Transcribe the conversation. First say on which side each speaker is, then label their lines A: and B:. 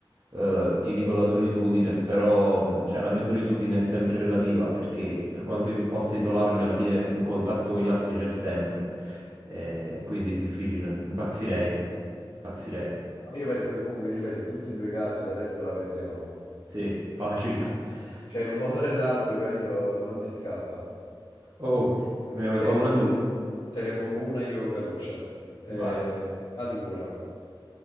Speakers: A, on the right; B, on the left.
A: eh, ti dico la solitudine, però mh, cioè, la mia solitudine è sempre relativa perché per quanto io mi possa isolarmi, alla fine un contatto con gli altri c'è sempre, Eh, quindi è difficile. Impazzirei, impazzirei,
B: Ma io penso che comunque, ti ripeto, in tutti e due i casi la testa la perdiamo.
A: sì, facile. <laughs>
B: Cioè, in un modo o nell'altro, capito? Non si scappa.
A: Oh, me ne vuoi
B: Senti,
A: fare una tu?
B: te ne, te ne pongo una io, Caruccia. Eh,
A: Vai.
B: allora,